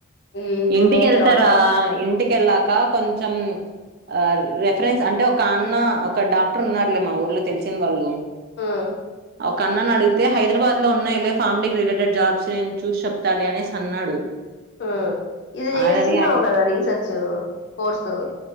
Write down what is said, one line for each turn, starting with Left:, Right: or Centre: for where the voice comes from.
Left: ఈ
Right: ఇంటికి
Left: మే
Right: వెళ్తారా
Left: తర్వాత
Right: ఇంటికెళ్లాాక కొంచెం ఆ రెఫరెన్స్ అంటే ఒక అన్న ఒక డాక్టర్ ఉన్నారు లే మా ఊర్లో తెలిసిన వాళ్ళు
Left: ఉమ్
Right: ఒక అన్నని అడిగితే హైదరాబాద్ లో ఉన్నాయిలే ఫార్మ్ డి రిలేటెడ్ జాబ్స్ నేను చూసి చెప్తాలే అనేసి అన్నాడు
Left: ఆ ఇది చేస్తున్నావు
Right: ఆయనని ఆ-
Left: కదా రీసెర్చ్ కోర్సు